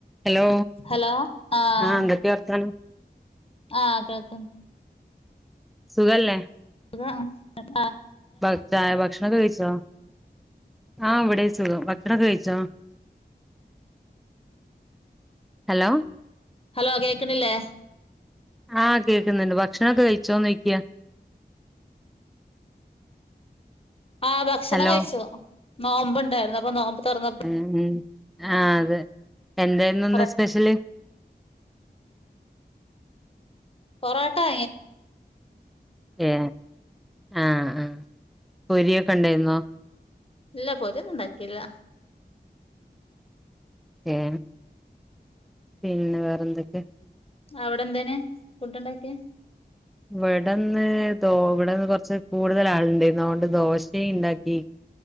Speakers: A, in the centre; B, on the left.
A: Hello
B: hello ആഹ
A: ആഹ് എന്തൊക്കെ വർത്താനം
B: ആഹ കേൾക്കും
A: സുഖല്ലേ
B: അതെ
A: ഭഗ ചായ ഭക്ഷണം കഴിച്ചോ ആഹ ഇവിടെ സുഖം ഭക്ഷണനോക്കെ കഴിച്ചോ ഹലോ
B: ഹലോ കേക്കണില്ലേ
A: ആഹ കേൾക്കുന്നുണ്ട് ഭക്ഷണൊക്കെ കഴിച്ചോന്ന് ചോദിക്കുവായിരുന്നു
B: ആഹ ഭക്ഷണം
A: ഹലോ
B: കഴിച്ചോ നോമ്പ് ഉണ്ടായിരുന്നു അപ്പൊ നോമ്പ് തുറന്നപ്പോ
A: ഉ ആ അതെ എന്തായിരുന്നു ഒന്ന്
B: കൊറെ
A: സ്പെഷ്യല്
B: പോറോട്ടാ...
A: ഏ ആഹ ആഹ പൊരിയ ഒക്കെ ഉണ്ടായിരുന്നോ
B: ഇല്ല പോരി ഒന്നും ഉണ്ടാക്കിയില്ല
A: ഏ പിന്നെ വേറെന്തൊക്കെ
B: അവിടെ എന്തേനെ ഫുഡ് ഉണ്ടാക്കിയ
A: ഇവിടെന്ന് ഇവിടെന്ന് കൊറച്ച് കൂടുതൽ ആളണ്ടായിരുന്നു അതുകൊണ്ട് ദോശയും ഉണ്ടാക്കി